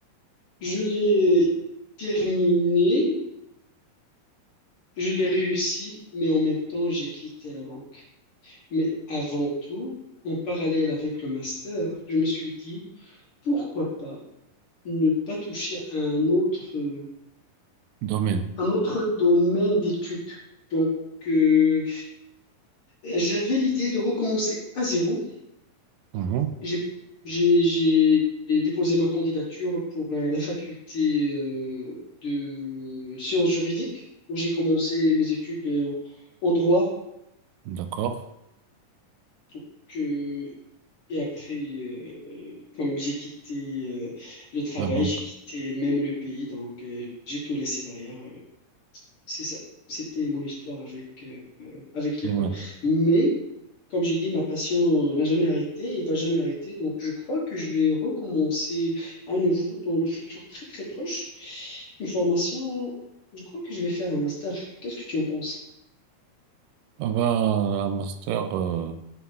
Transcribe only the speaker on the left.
Je l'ai terminé, je l'ai réussi, mais en même temps, j'ai quitté la banque. Mais avant tout, en parallèle avec le master, je me suis dit, pourquoi pas ne pas toucher à un autre euh,
un autre domaine d'études. Donc, euh, j'avais l'idée de recommencer à zéro.
J'ai, j'ai, j'ai déposé ma candidature pour euh, la faculté euh, de sciences juridiques, où j'ai commencé mes études euh, en droit.
Donc, euh, et après, euh, euh, comme j'ai quitté euh, le travail,
j'ai quitté même le pays, donc euh, j'ai tout laissé derrière. euh, C'est ça. C'était mon histoire avec, euh, avec l'école.
Mais, comme j'ai dit, ma passion n'a jamais arrêté et va jamais arrêter. Donc, je crois que je vais recommencer à nouveau dans le futur très très proche. Une formation, je crois que je vais faire un master. Qu'est-ce que tu en penses?